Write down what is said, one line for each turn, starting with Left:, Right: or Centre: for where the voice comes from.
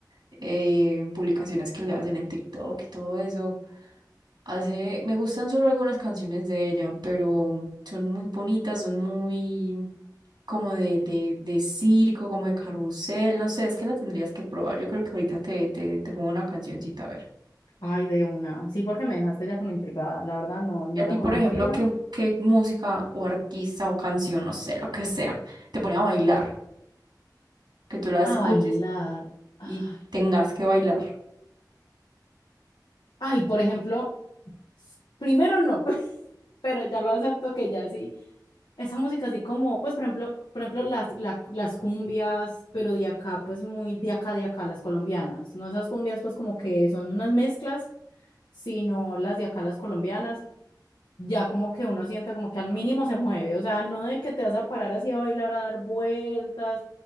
Right: eh, publicaciones que le hacen en TikTok y todo eso. Hace, me gustan solo algunas canciones de ella, pero son muy bonitas, son muy como de, de, de circo, como de carrusel, no sé, es que la tendrías que probar. Yo creo que ahorita te, te, te pongo una cancioncita a ver.
Left: Ay, de una, sí, porque me dejaste ya como intrigada, la verdad no, no
Right: Y a
Left: la
Right: ti,
Left: conocía.
Right: por ejemplo, ¿qué, qué música o artista o canción, no sé, lo que sea, te pone a bailar? Que tú la
Left: A
Right: escuches
Left: bailar.
Right: y,
Left: Ah.
Right: y tengas que bailar.
Left: Ay, por ejemplo, primero no, <laughs> pero ya lo acepto que ya sí. Esa música así como, pues por ejemplo, por ejemplo las, la- las cumbias, pero de acá, pues muy de acá, de acá, las colombianas. No esas cumbias pues como que son unas mezclas, sino las de acá, las colombianas, ya como que uno siente como que al mínimo se mueve, o sea, no de que te vas a parar así a bailar, a dar vueltas